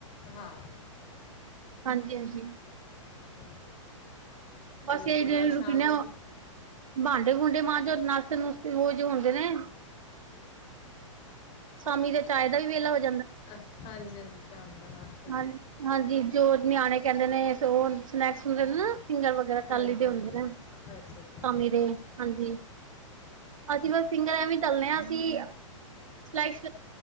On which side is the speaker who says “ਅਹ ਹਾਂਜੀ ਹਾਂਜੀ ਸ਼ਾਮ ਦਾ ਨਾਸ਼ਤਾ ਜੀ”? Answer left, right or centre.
Left